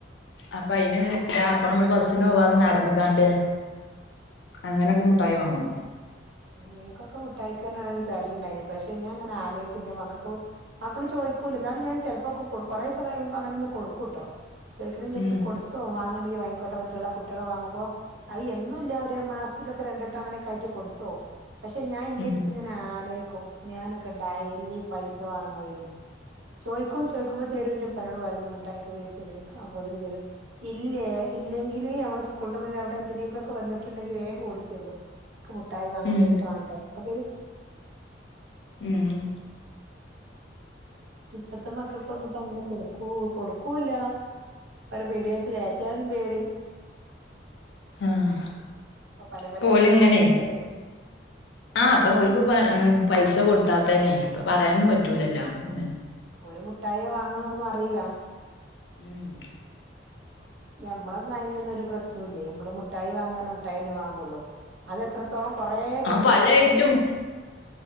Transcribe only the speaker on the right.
നിൻക്കൊക്കെ മുട്ടായിക്കർഞ് തര്ല്ണ്ടായിഞ്ഞി പഷേ ഞാങ്ങനെ ആലോയ്ക്കു ന്റെ മക്കൾക്കു മക്കള്ന്നു ചോ ഒയ്കൂല ന്നാലു ഞാൻ ചെൽപ്പോക്കെ കൊടുക്കു. കൊറേസൊ കയുമ്പോ അങ്ങേനൊന്ന് കൊടുക്കു ട്ടൊ. ചോയ്ക്ണില്ലെങ്കില്
കൊട്ത്തോഉ വാ ങ്ങളീ വാങ്ങിക്കൊട്ടൊ മറ്റുള്ള കുട്ടികൾ വാങ്ങുമ്പോ അഹ് എന്നുല്ല ഒരു മാസത്തിലൊക്കെ രണ്ടോട്ടം അങ്ങനൊക്കെ ആയി് ട്ട് കൊടു ത്തൊ പക്ഷെ ഞാൻ ഇന്റെ
ഇതിങ്ങനെ ആലോയ് ക്കു ഞാനൊക്കെ ഡയലി പൈസ വാങ്ങോയിരുന്നു. ചോയ്ക്കും ചോയ്ക്കുമ്പ തേരുന്റെ പ്പനോട്‌ വരുന്ന മുട്ടായിക്ക് പേസരീ അപ്പൊതിന് തരും. ഇല്ല ഇല്ലെങ്കിൽ നമ്മൾ സ്കൂളിന്റെ മുന്നേ അവിടെ എന്തിനെങ്കിലൊക്കെ വന്നിട്ടുണ്ടെങ്കി വേഗോടിച്ചല്ലു. ഇക്ക് മു ട്ടായി വാങ്ങാൻ
പൈസ വാങ്ങിട്ടരാ അപ്പൊ തരും
ഇപ്പത്തെ മക്കൾക്കൊന്നു പ്പ ങ്ങനെ കൊടുക്കൂ കൊടുക്കൂല്ല ഓരെ പീടിയേക്ക് കേറ്റാനും പേടി
ഇപ്പൊ പല
പല പ്രശ്നങ്ങളില്ലോണ്ട്
ഓര് മുട്ടായി വാങ്ങാന്നൊന്നും അറീല.
ഞമ്മളൊന്നും അയ്ഞൊന്നും ഒരു പ്രശ് ച്ചൂല്ല്യേ നമ്മള് മുട്ടായി വാങ്ങാർണാ മുട്ടായെന്നെ വാങ്ങൊള്ളൂ അതെത്ര ത്തോളം കൊറേ കിട്ടും
അത്രക്കും